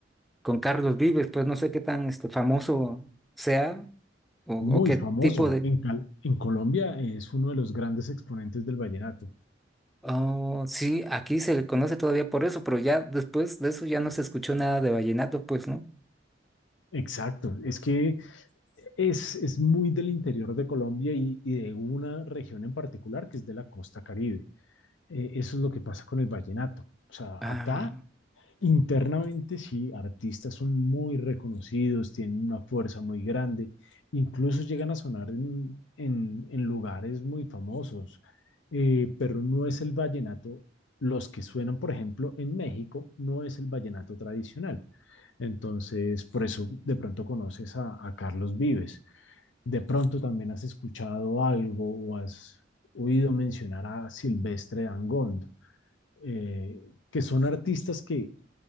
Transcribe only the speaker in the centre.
con Carlos Vives, pues no sé qué tan, este, famoso sea o, o
qué
tipo de...
Oh, sí, aquí se le conoce todavía por eso, pero ya después de eso ya no se escuchó nada de vallenato, pues, ¿no?
Ah,